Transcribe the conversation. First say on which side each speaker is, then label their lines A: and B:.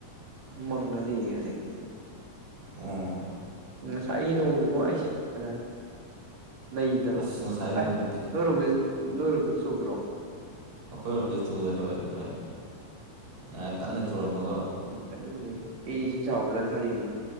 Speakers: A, on the right (about 55°); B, on the right (about 25°).
A: ꯃꯪꯂ ꯂꯩꯌꯦ ꯍꯧꯖꯤꯛ
B: ꯑꯣ
A: ꯉꯁꯥꯏꯒꯤ ꯅꯣꯡꯗꯤꯉꯣ ꯑꯩꯁ ꯐꯖꯔꯦ ꯅꯩꯗ꯭ꯔꯣ
B: ꯑꯁ ꯉꯁꯥꯏ ꯅꯣꯡꯗꯤ
A: ꯑꯦ ꯅꯣꯏꯔꯣꯝꯗ ꯅꯣꯏꯔꯣꯝꯗ ꯆꯨꯗ꯭ꯔꯣ
B: ꯑꯩꯈꯣꯏꯔꯣꯝꯗ ꯆꯨꯋꯦ ꯍꯣꯏ ꯉꯁꯥꯏ ꯉꯥꯏ ꯀꯟꯅ ꯆꯨꯔꯝꯃꯒ
A: ꯌꯥꯝ ꯀꯟꯅ ꯆꯨꯔꯤꯍꯦ ꯑꯩ ꯏꯁꯤꯡ ꯆꯥꯎꯒꯗ꯭ꯔꯥꯅ ꯈꯜꯂꯤꯅꯤ